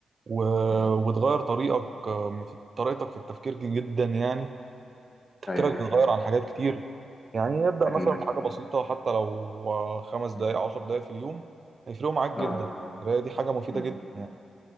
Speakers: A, on the right (about 50°); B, on the left (about 40°).
A: و-
B: مم.
A: وتغير طريقك آه، في طريقتك في التفكير جدا يعني تفكيرك
B: ايوه
A: بيتغير عن حاجات كتير يعني نبدأ
B: اكيد
A: مثلا بحاجة بسيطة حتى لو آه، خمس
B: مم.
A: دقايق عشر دقايق في اليوم هيفرقوا معاك جدا
B: اه
A: القراية دي حاجة مفيدة
B: مم.
A: جدا يعني